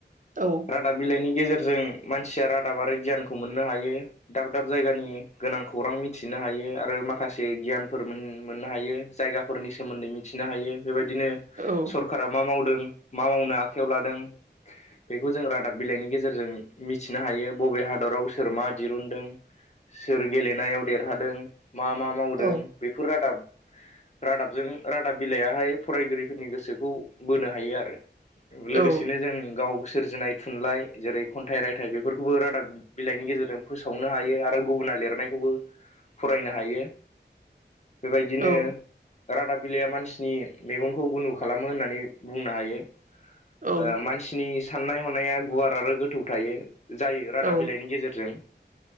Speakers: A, on the right; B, on the left.
A: औ
B: रादाब बिलाइनि गेजेरजों मानसिया रादाब आरो गियानखौ मोननो हायो। दाब दाब जायगानि गोनां खौरां मिथिनो हायो आरो माखासे गियानफोर मोन मोननो हायो। जायगाफोरनि सोमोन्दै मिथिनो हायो बेबायदिनो
A: औ
B: सर कारा मा मावदों? मा मावनो आखायाव लादों? बेखौ जों रादाब बिलाइनि गेजेरजों मिथिनो हायो। बबे हादराव सोर मा दिरुनदों? सोर गेलेनायाव देरहादों। मा मा मावदों?
A: औ
B: बेफोर रादाब रादाबजों रादाब बिलाइयाहाय फरायगिरिफोरनि गोसोखौ बोनो हायो आरो लोगोसेनो
A: औ
B: जों गाव सोरजिनाय थुनलाइ जेरै खन्थाइ रायथाइ बेफोरखौबो रादाब बिलाइनि गेजेरजों फोसावनो हायो आरो गुबुना लिरनायखौबो फरायनो हायो। बेबायदिनो
A: औ
B: रादाब बिलाइया मानसि नि मेगनखौ गुनो खालामो होननानै बुंनो हायो। ओ
A: औ
B: मानसि नि साननाय हनाया गुवार आरो गोथौ थायो जायो रादाब
A: औ
B: बिलाइनि गेजेरजों